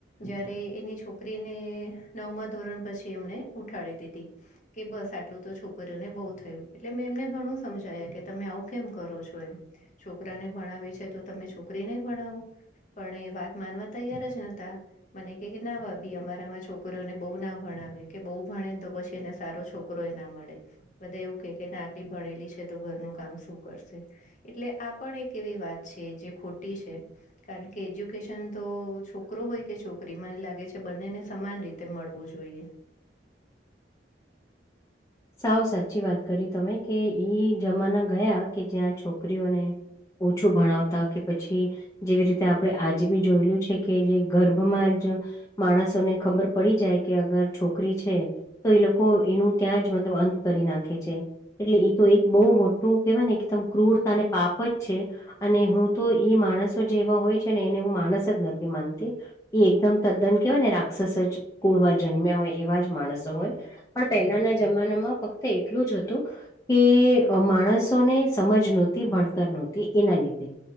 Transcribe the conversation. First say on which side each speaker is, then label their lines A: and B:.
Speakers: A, on the left; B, on the left.
A: જયારે એની છોકરીને નવમા ધોરણ પછી એમને ઉઠાડી દીધી કે બસ આટલું તો છોકરીઓને બહુ થયું એટલે મેં એમને ઘણું સમજાયા કે તમે આવું કેમ કરો છો એમ છોકરાને ભણાવે છે તો તમે છોકરીને ભણાવો પણ એ વાત માનવા તૈયાર જ નને ત મને કે કે ના ભાભી અમારામાં છોકરીઓને બહુ ના ભણાવે કે બહુ ભણે ને તો પછી એને સારો છોકરો રોય ના મળે બધા એવું કે કે નાટ ભણેલી છે તો ઘરનું કામ શું કરશે એટલે પણ એક એવી વાત છે જે ખોટી છે કારણ કે એજ્યુકેશન તો છોકરો હોય કે છોકરી મને લાગે છે બંનેને સમાન રીતે તે મળવું જોઈએ
B: સાવ સાચી વાત કરી તમે કે ઈ જમાના ગયા કે જ્યાં છોકરીઓને ઓછું ભણાવતા કે પછી જેવી રીતે આપણેે આજે બી જોયેલું છે કે જે ગર્ભમાં જ માણસોને ખબર પડી જાય કે અગર છોકરી છે તો એ લોકો એનું ત્યાં જ મતલબ અંત કરી નાખે છે. એટલે એ તો એક બહુ મોટું કેહેવાય ને એકદમ ક્રૂરતા અને પાપ જ છે અને હું તો ઈ માણસો જેવા હોય છે ને એને હું માણસ જ નથી માનતી એ એકદમ તદ્દન કેહેવાય ને રાક્ષસ જ કુળમાં જન્મ્યા હોય એવા જ માણસો હોય પણ પહેલાના જમાનામાં ફક્ત એટલું જ હતું કે માણસોને સમજ નહોતી ભણતર નહોતી એના લીધે